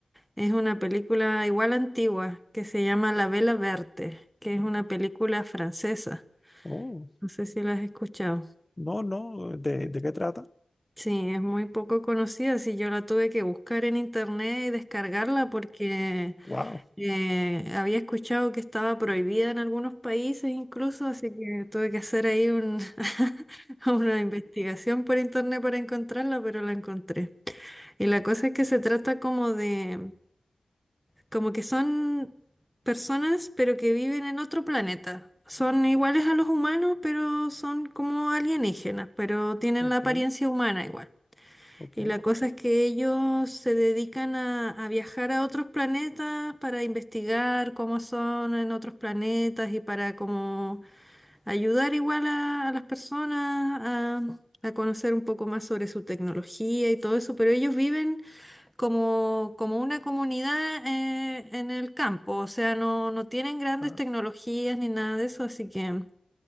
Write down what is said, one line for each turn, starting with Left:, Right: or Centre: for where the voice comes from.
Centre: Es una película igual antigua que se llama La Vela Verte, que es una película francesa.
Left: oh,
Centre: No sé si la has escuchado.
Left: no, no, ¿de, de qué trata?
Centre: Sí, es muy poco conocida. Sí, yo la tuve que buscar en internet y descargarla porque
Left: wow.
Centre: eh, había escuchado que estaba prohibida en algunos países incluso, así que tuve que hacer ahí un- <laughs> una investigación por internet para encontrarla, pero la encontré. Y la cosa es que se trata como de Como que son personas, pero que viven en otro planeta. Son iguales a los humanos, pero son como alienígenas, pero tienen
Left: ok,
Centre: la apariencia humana igual.
Left: ok.
Centre: Y la cosa es que ellos se dedican a, a viajar a otros planetas para investigar cómo son en otros planetas y para como ayudar igual a, a las personas a, a conocer un poco más sobre su tecnología y todo eso, pero ellos viven como, como una comunidad eh, en el campo, o sea, no, no tienen grandes
Left: Ah,
Centre: tecnologías ni nada de eso, así que